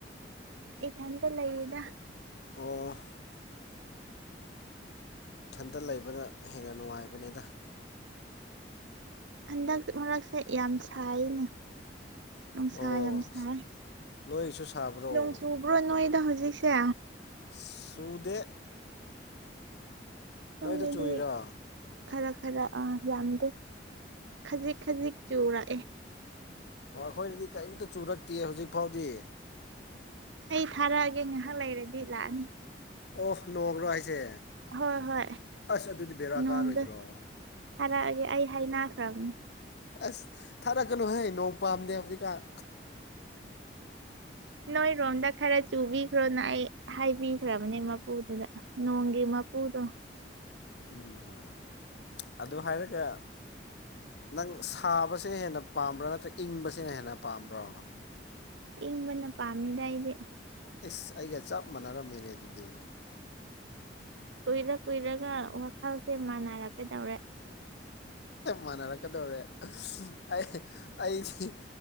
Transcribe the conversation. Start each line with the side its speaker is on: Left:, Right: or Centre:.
Right: ꯏꯊꯟꯇ ꯂꯩꯌꯦꯗ꯫
Left: ꯑꯣ ꯏꯊꯟꯇ ꯂꯩꯕꯅ ꯍꯦꯟꯅ ꯅꯨꯡꯉꯥꯏꯕꯅꯤꯗ꯫
Right: ꯍꯟꯗꯛ ꯃꯔꯛꯁꯦ ꯌꯥꯝ ꯁꯥꯏꯅꯦ ꯅꯨꯡꯁꯥ
Left: ꯑꯣ
Right: ꯌꯥꯝ ꯁꯥꯏ
Left: ꯅꯣꯏꯁꯨ ꯁꯥꯕ꯭ꯔꯣ
Right: ꯅꯣꯡ ꯆꯨꯕ꯭ꯔꯣ ꯅꯣꯏꯗ ꯍꯧꯖꯤꯛꯁꯦ
Left: ꯆꯨꯗꯦ
Right: ꯁꯣꯝꯗꯗꯤ
Left: ꯅꯣꯏꯗꯤ ꯆꯨꯔꯤꯔꯣ꯫
Right: ꯈꯔ ꯈꯔ ꯑꯥ ꯌꯥꯝꯗꯦ ꯈꯖꯤꯛ ꯈꯖꯤꯛ ꯆꯨꯔꯛꯑꯦ
Left: ꯑꯣ ꯑꯩꯈꯣꯏꯒꯤꯗꯤ ꯀꯔꯤꯝꯇ ꯆꯨꯔꯛꯇꯦ ꯍꯧꯖꯤꯛ ꯐꯥꯎꯗꯤ꯫
Right: ꯑꯩ ꯊꯥꯔꯛꯑꯒꯦ ꯉꯥꯏꯍꯥꯛ ꯂꯩꯔꯗꯤ ꯂꯥꯛꯑꯅꯤ꯫
Left: ꯑꯣ ꯅꯣꯡꯔꯣ ꯍꯥꯏꯁꯦ
Right: ꯍꯣꯏ ꯍꯣꯏ
Left: ꯑꯁ ꯑꯗꯨꯗꯤ ꯕꯦꯔꯥ
Right: ꯅꯣꯡꯗꯣ
Left: ꯀꯥꯔꯣꯏꯗ꯭ꯔꯣ꯫
Right: ꯊꯥꯔꯛꯑꯒꯦ ꯑꯩ ꯍꯥꯏꯅꯈ꯭ꯔꯕꯅꯦ
Left: ꯑꯁ ꯊꯥꯔꯛꯀꯅꯨꯍꯦ ꯅꯣꯡ ꯄꯥꯝꯗꯦ ꯍꯧꯖꯤꯛꯀꯥꯟ
Right: ꯅꯣꯏꯔꯣꯝꯗ ꯈꯔ ꯆꯨꯕꯤꯈ꯭ꯔꯣꯅ ꯑꯩ ꯍꯥꯏꯕꯤ ꯈ꯭ꯔꯕꯅꯦ ꯃꯄꯨꯗꯨꯗ ꯅꯣꯡꯒꯤ ꯃꯄꯨꯗꯣ
Left: ꯎꯝ ꯎ ꯑꯗꯨ ꯍꯥꯏꯔꯒ ꯅꯪ ꯁꯥꯕꯁꯤꯅ ꯍꯦꯟꯅ ꯄꯥꯝꯕ꯭ꯔꯥ ꯅꯠꯇ꯭ꯔꯒ ꯏꯪꯕꯁꯤꯅ ꯍꯦꯟꯅ ꯄꯥꯝꯕ꯭ꯔꯣ꯫
Right: ꯏꯪꯕꯅ ꯄꯥꯝꯃꯤꯗ ꯑꯩꯗꯤ
Left: ꯏꯁ ꯑꯩꯒ ꯆꯞ ꯃꯥꯟꯅꯔꯝꯃꯤꯅꯦ ꯑꯗꯨꯗꯤ꯫
Right: ꯀꯨꯏꯔ ꯀꯨꯏꯔꯒ ꯋꯥꯈꯜꯁꯦ ꯃꯥꯟꯅꯔ ꯀꯩꯗꯧꯔꯦ
Left: ꯃꯥꯟꯅꯔꯛꯀꯗꯧꯔꯦ ꯑꯩ ꯑꯩꯗꯤ